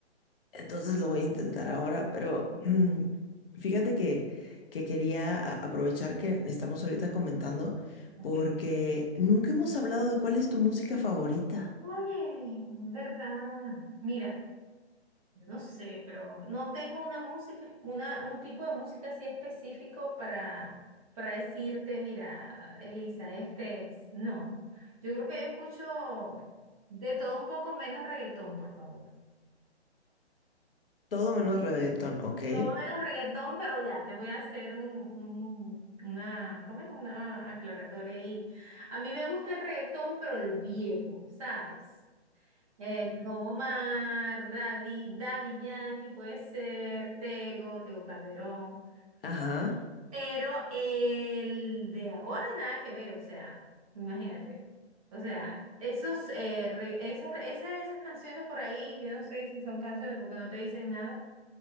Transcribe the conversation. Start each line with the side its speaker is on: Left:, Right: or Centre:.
Left: entonces lo voy a intentar ahora, pero
Right: Bien,
Left: mm, fíjate que, que quería a- aprovechar que estamos ahorita comentando
Right: ok.
Left: porque nunca hemos hablado de cuál es tu música favorita.
Right: Oye, ¿verdad? Mira, yo no sé, pero no tengo una música, una, un tipo de música así específico para, para decirte, mira, Elisa, este es. No, yo creo que yo escucho de todo un poco menos reggaetón, por favor.
Left: Todo menos reggaetón, ¿ok?
Right: Todo menos reggaetón, pero ya te voy a hacer un, un- una, ¿cómo es? Una aclaratoria ahí. A mí me gusta el reggaetón, pero el viejo, ¿sabes? Eh, Don Omar, Daddy, Daddy Yankee, puede ser, Tego, Tego Calderón.
Left: Ajá.
Right: Pero el de ahora nada que ver, o sea, imagínate. O sea, esos, eh, re- esos, re- ese- esas canciones por ahí, yo no sé si son canciones porque no te dicen nada.